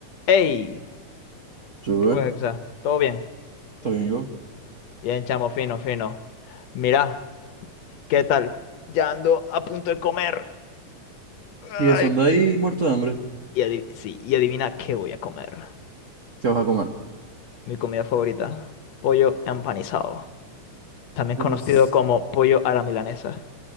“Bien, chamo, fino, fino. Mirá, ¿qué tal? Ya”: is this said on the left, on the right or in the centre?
Left